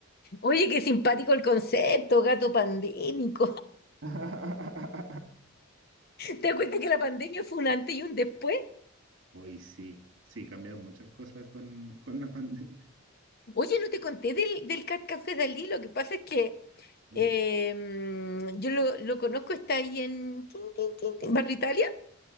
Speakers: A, on the left; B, on the right.
A: Oye, qué simpático el concepto, gato pandémico. <laughs>
B: <laughs>
A: ¿Te das cuenta que la pandemia fue un antes y un después?
B: Hoy sí, sí, cambiaron muchas cosas con, con la <laughs> pandemia.
A: Oye, no te conté del, del Cat Café Dalí, lo que pasa es que
B: Dime.
A: eh, mm, yo lo, lo conozco, está ahí en tin, tin, tin, tin, Barrio Italia,